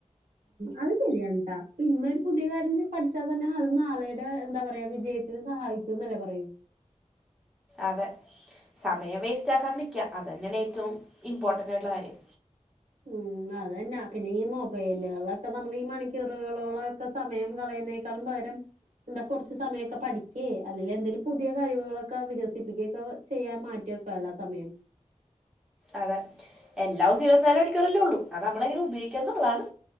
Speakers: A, on the right; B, in the centre.
A: അത് ശരിയാണട്ടാ ഇന്നൊരു പുതിയ കാര്യം പഠിച്ചാ തന്നെ അത് നാളെയയുടെ എന്താ പറയാ വിജയത്തിന് സഹായിക്കും എന്നല്ലെ പറയൂ
B: അതെ സമയം വേസ്റ്റ് ആക്കാണ്ടിക്കുക അത് തന്നെയാണ് ഏറ്റവും ഇമ്പോർട്ടൻറ് ആയിട്ടുള്ള കാര്യം
A: ഉം അതന്നെ പിന്നെ ഈ മൊബൈലുകളൊക്കെ നമ്മൾ ഈ മണിക്കൂറുകളോളം ഒക്കെ സമയം കളയതിനേക്കാളും പകരം എന്താ കുറച്ച് സമയമൊക്കെ പഠിക്കുകേ അല്ലെങ്കിൽ എന്തെങ്കിലും പുതിയ കഴിവുകളൊക്കെ വികസിപ്പിക്കുകയെ ഒക്കെ ചെയ്യാൻ മാറ്റിവെക്കാല്ല സമയം
B: അതെ എല്ലാ ഇസോം ഇരുപത്തിനാല് മണിക്കൂറല്ലേ ഉള്ളൂ അത് നമ്മളെങ്ങനെ ഉപയോഗിക്കാന്ന് ഉള്ളതാണ്